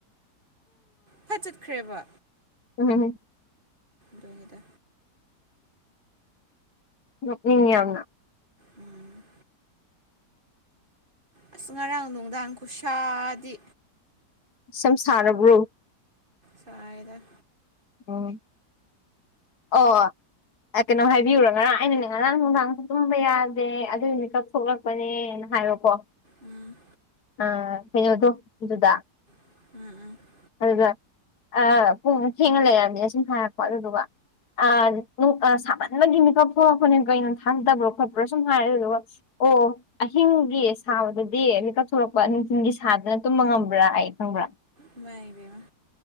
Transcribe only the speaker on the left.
ꯎꯝ
ꯅꯣꯛꯅꯤꯡꯉꯦ ꯌꯥꯝꯅ
ꯁꯝ ꯁꯥꯔꯕ꯭ꯔꯣ
ꯎꯝ ꯑꯣ ꯑꯩ ꯀꯩꯅꯣ ꯍꯥꯏꯕꯤꯌꯨꯔꯥ ꯉꯔꯥꯡ ꯑꯩꯅꯅꯦ ꯉꯔꯥꯡ ꯅꯨꯡꯗꯥꯡꯁꯨ ꯇꯨꯝꯕ ꯌꯥꯗꯦ ꯑꯗꯨꯒꯤ ꯃꯤꯀꯞꯊꯣꯛꯂꯛꯄꯅꯦꯅ ꯍꯥꯏꯌꯣ ꯀꯣ
ꯑ ꯀꯩꯅꯣꯗꯣ ꯑꯗꯨꯗ
ꯑꯗꯨꯗ ꯑ ꯄꯨꯡ ꯊꯦꯡꯅ ꯂꯩꯔꯕꯔꯕꯅꯤꯅ ꯁꯨꯝ ꯍꯥꯏꯔꯛꯄ ꯑꯗꯨꯗꯨꯒ ꯑꯥ ꯁꯥꯃꯟꯕꯒꯤ ꯃꯤꯀꯞ ꯊꯣꯛꯂꯛꯄꯅꯦ ꯀꯩꯅꯣ ꯊꯥꯖꯗꯕ꯭ꯔ ꯈꯣꯠꯄ꯭ꯔ ꯁꯨꯝ ꯍꯥꯏꯔꯦ ꯑꯗꯨꯗꯨꯒ ꯑꯣ ꯑꯍꯤꯡꯒꯤ ꯁꯥꯕꯗꯗꯤ ꯃꯤꯀꯞ ꯊꯣꯔꯛꯄ ꯅꯨꯡꯊꯤꯜꯒꯤ ꯁꯥꯕꯗꯅ ꯇꯨꯝꯕ ꯉꯝꯕ꯭ꯔꯌꯦ ꯈꯪꯕ꯭ꯔꯥ